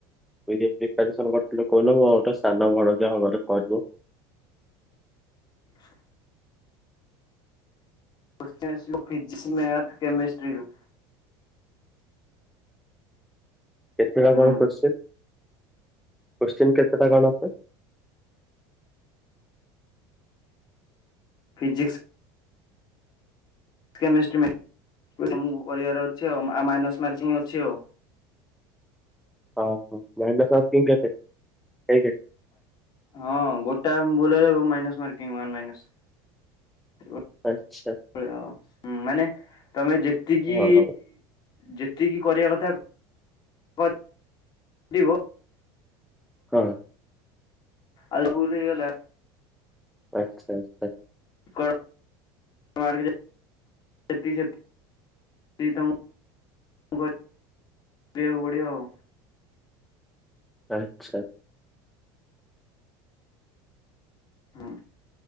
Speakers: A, in the centre; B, on the left (about 40°).
A: <unintelligible> ପ୍ରିପେୟାରସନ କରିଥିଲ କହୁନ ମୋର ଗୋଟେ ସାନ ଭଣଜା ହବ ପଢିବ।
B: ହ କୋଶ୍ଚିନ ଆସିବ ଫିଜିକ୍ସ, ମ୍ୟାଥ, କେମିଷ୍ଟ୍ରିରୁ।
A: କେତେଟା
B: ହୁଁ
A: କଣ କୋଶ୍ଚିନ, କୋଶ୍ଚିନ କେତେଟା କଣ ଅ?
B: ଫିଜିିକ୍ସ କେମେଷ୍ଟ୍ରି ମୁଁ କହିବାର ଅଛି ଆଉ ମାଇନର୍ସ ମାର୍କିଙ୍ଗ ଅଛି ଆଉ।
A: ହଁ ହଁ ମାଇନସ ମାର୍କିଙ୍ଗ କେତେ? ହେଇ କେ
B: ହଁ ଗୋଟାଏ ଭୁଲ ହେଇଗଲେ ମାଇନସ୍ ମାର୍କିଙ୍ଗ ୱାନ ମାଇନସ।
A: ଆଚ୍ଛା
B: ହଁ ମାନେ ତମେ ଯେତିକି
A: ହଁ ହଉ
B: ଯେ ତିକି କରିବା କଥା କ କରିବ
A: ହଁ।
B: ଆଲ ଭୁଲ ହୋଇଗଲା।
A: ଆଚ୍ଛା ଆଚ୍ଛା।
B: କଣ ମା ଯେତିକି ସେତିକି ସେତିକି ତମକୁ କରିବାକୁ ପଡ଼ିବ ଆଉ।
A: <unintelligible>
B: ହୁଁ